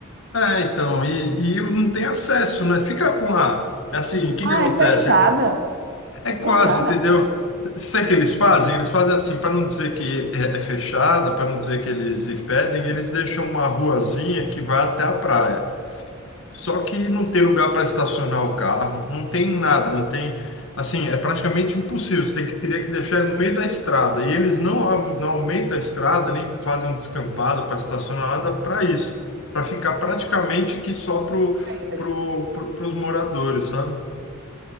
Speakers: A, on the left; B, on the right.
A: É, então, e, e não tem acesso, né? Fica com a... Assim, o que
B: Ah,
A: que acontece?
B: é fechada.
A: É
B: É
A: quase,
B: fechada
A: entendeu?
B: para
A: Sabe o que eles fazem? Eles fazem assim, para não dizer que é, é fechada, para não dizer que eles impedem, eles deixam uma ruazinha que vai até a praia. Só que não tem lugar para estacionar o carro, não tem nada, não tem. Assim, é praticamente impossível. Você tem que, teria que deixar ele no meio da estrada. E eles não, a- não aumentam a estrada, nem fazem um descampado para estacionar nada para isso. Para ficar praticamente que só pro,
B: eles.
A: pro, pro, os moradores, sabe?